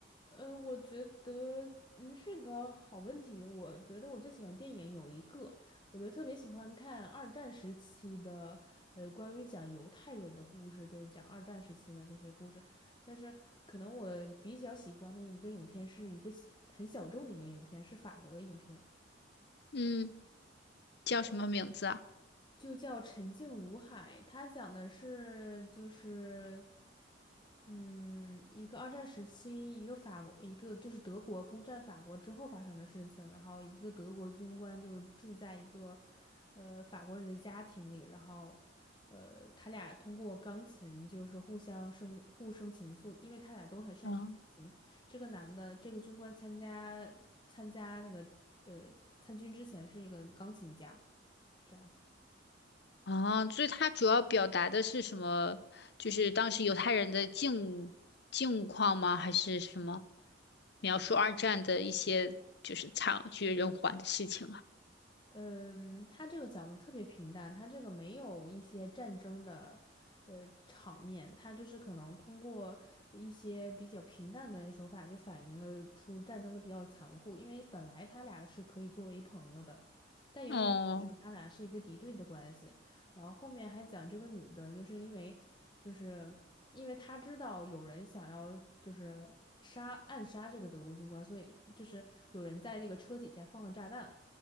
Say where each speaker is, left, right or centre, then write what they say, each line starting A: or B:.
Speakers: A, on the left; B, on the left.
A: 呃，我觉得嗯是个好问题。我觉得我最喜欢电影有一个，我就特别喜欢看二战时期的，呃，关于讲犹太人的故事，就是讲二战时期的这些故事。但是可能我比较喜欢的一个影片是一个小很小众的一个影片，是法国的影片。
B: 嗯，叫什么名字啊？
A: 就叫《沉静如海》，它讲的是就是，嗯，一个二战时期，一个法国，一个就是德国攻占法国之后发生的事情。然后一个德国军官就住在一个，呃，法国人的家庭里，然后，呃，他俩通过钢琴就是互相生互生情愫，因为他俩都很擅长钢琴。
B: 啊，
A: 这个男的，这个军官参加参加那个呃参军之前是一个钢琴家。这样子。
B: 啊，所以它主要表达的是什么？就是当时犹太人的境境况吗？还是什么？描述二战的一些就是惨绝人寰的事情啊。
A: 嗯，他这个讲的特别平淡，他这个没有一些战争的，呃，场面，他就是可能通过一些比较平淡的手法，就反映了出战争的比较残酷。因为本来他俩是可以作为朋友的，但由于战争他俩是一个敌对的关系，
B: 哦，
A: 然后后面还讲这个女的，就是因为，就是因为他知道有人想要就是杀暗杀这个德国军官，所以就是有人在那个车底下放了炸弹。